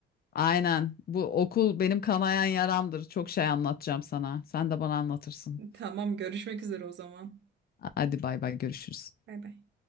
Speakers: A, on the left; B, on the right.
A: Aynen. Bu okul benim kanayan yaramdır. Çok şey anlatacağım sana. Sen de bana anlatırsın.
B: <laughs> Tamam görüşmek üzere o zaman.
A: Hadi bay bay görüşürüz.
B: Bay bay.